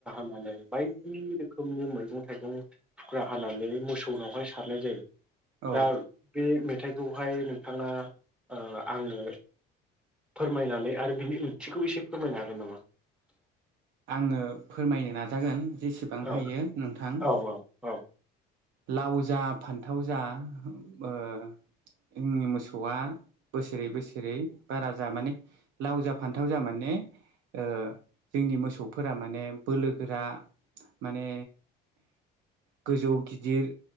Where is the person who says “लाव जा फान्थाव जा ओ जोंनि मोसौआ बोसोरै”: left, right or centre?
Right